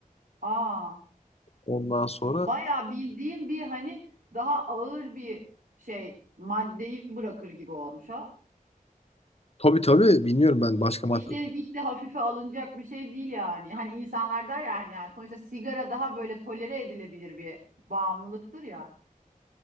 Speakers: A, on the right; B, on the left.
A: Aa
B: Ondan sonra
A: bayağı bildiğin bir hani daha ağır bir şey maddeyi bırakır gibi olmuş ha.
B: tabii tabii bilmiyorum ben başka madde
A: İşte hiç de hafife alınacak bir şey değil yani. Hani insanlar der ya hani yani sonuçta sigara daha böyle tolere edilebilir bir bağımlılıktır ya.